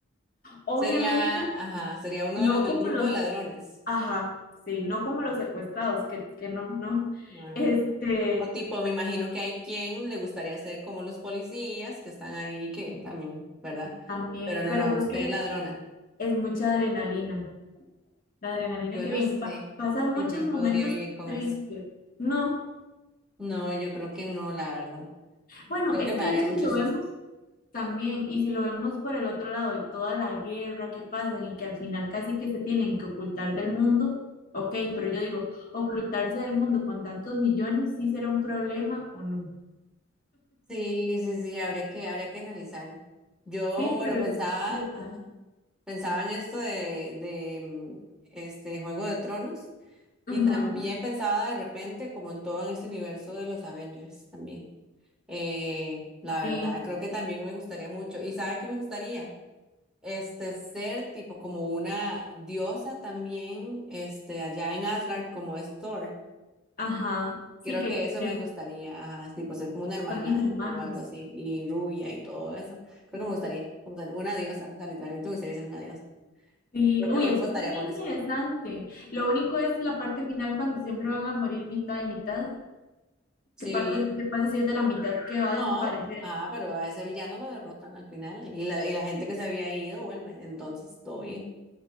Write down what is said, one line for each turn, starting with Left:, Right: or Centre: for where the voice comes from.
Left: Obviamente,
Centre: Sería, ajá, sería uno
Left: no
Centre: de los del
Left: como
Centre: grupo
Left: los,
Centre: de ladrones.
Left: ajá, sí, no como los
Centre: Ok.
Left: secuestrados, que, que no, no,
Centre: Bueno.
Left: <laughs> este,
Centre: O tipo, me imagino que hay quien le gustaría ser como los policías que están ahí, que también, ¿verdad?
Left: también,
Centre: Pero no,
Left: pero
Centre: no,
Left: creo
Centre: usted
Left: que
Centre: es ladrona.
Left: es mucha adrenalina, la adrenalina
Centre: Yo
Left: que
Centre: no
Left: bien,
Centre: sé
Left: pa- pasan
Centre: si
Left: muchos
Centre: yo
Left: momentos
Centre: podría vivir con
Left: tristes,
Centre: eso.
Left: ¿no?
Centre: No, yo creo que no, la verdad.
Left: Bueno,
Centre: Creo
Left: es
Centre: que me
Left: que
Centre: daría
Left: de hecho
Centre: mucho
Left: si lo
Centre: susto.
Left: vemos también, y si lo vemos por el otro lado de toda la guerra que pasan y que al final casi que se tienen que ocultar del mundo, ok, pero yo digo, ocultarse del mundo con tantos millones, ¿sí será un problema o no?
Centre: Sí, sí, sí, habría que, habría que analizarlo. Yo,
Left: Sí,
Centre: bueno,
Left: pero
Centre: pensaba,
Left: es interesante.
Centre: ajá, pensaba en esto de, de mm, este Juego de Tronos
Left: Ajá,
Centre: y también pensaba de repente como en todo en este universo de los Avengers también. Eh, la verdad,
Left: sí,
Centre: creo que también me gustaría mucho. ¿Y sabe qué me gustaría? Este, ser tipo como una diosa también, este, allá en Asgard, como es Thor.
Left: ajá, sí
Centre: Creo
Left: que
Centre: que eso
Left: que
Centre: me gustaría, ajá, tipo ser como una hermana
Left: son inhumanos.
Centre: de- o algo así, y rubia y todo eso. Creo
Left: Sí.
Centre: que me gustaría, como ser una diosa, o sea, literalmente me gustaría ser una diosa.
Left: Sí,
Centre: Creo que
Left: uy,
Centre: me
Left: eso
Centre: votaría
Left: está muy
Centre: por eso.
Left: interesante. Lo único es la parte final cuando siempre van a morir mitad y mitad.
Centre: Sí,
Left: ¿Qué parte, qué pasa si es de la mitad que va
Centre: no,
Left: a desaparecer?
Centre: ah, pero a ese villano lo derrotan al final, y la, y la gente que se había ido vuelve, entonces todo bien.